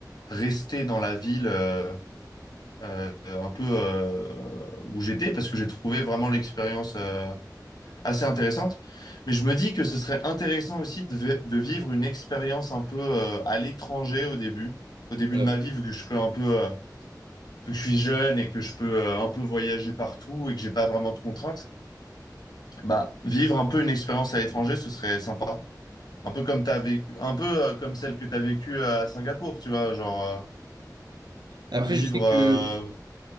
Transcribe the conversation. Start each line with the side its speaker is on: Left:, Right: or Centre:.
Left: rester dans la ville. euh, euh, un peu euh, où j'étais parce que j'ai trouvé vraiment l'expérience euh, assez intéressante. Mais je me dis que ce serait intéressant aussi de, vi- de vivre une expérience un peu euh, à l'étranger au début, au début
Right: Ouais.
Left: de ma vie, vu que je peux un peu, euh, que je suis jeune et que je peux euh, un peu voyager partout et que j'ai pas vraiment de contraintes. Bah, vivre un peu une expérience à l'étranger, ce serait sympa. Un peu comme t'as vécu, un peu euh, comme celle que tu as vécue euh, à Singapour, tu vois, genre euh,
Right: Après,
Left: vivre.
Right: je sais que
Left: euh,